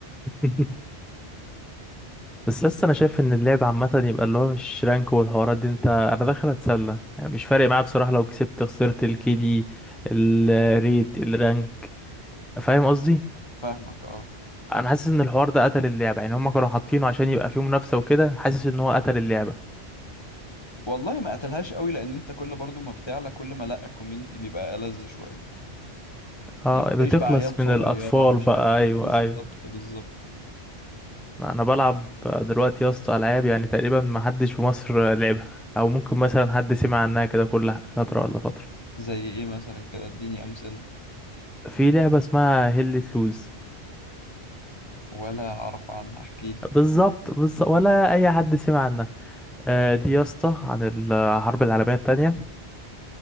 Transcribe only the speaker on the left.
فاهمك اه
والله ما قتلهاش قوي لان انت كل برضو ما بتعلى كل ما لا الكوميونتي بيبقى ألذ شويه
يعني بتلاقيش
بقى عيال
صغيره
مش
عارف
إيه. بالظبط
بالظبط
زي ايه مثلا كده اديني امثله
ولا اعرف عنها احكي لي